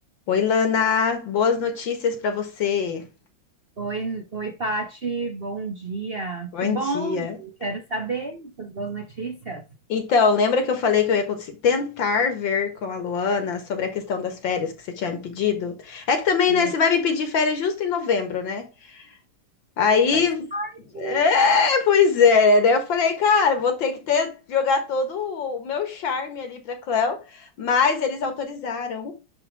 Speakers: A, on the left (about 70°); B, on the right (about 45°).
A: Oi, Lana, boas notícias para você.
B: Oi, oi, Pati, bom dia.
A: Bom
B: Que bom,
A: dia.
B: quero saber essas boas notícias.
A: Então, lembra que eu falei que eu ia cons- tentar ver com a Luana sobre a questão das férias que você tinha me pedido? É que também, né,
B: Lê.
A: você vai me pedir férias justo em novembro, né? Aí,
B: Faz parte,
A: é,
B: né?
A: pois é. Daí eu falei, cara, vou ter que ter jogar todo o meu charme ali para Cléo, mas eles autorizaram.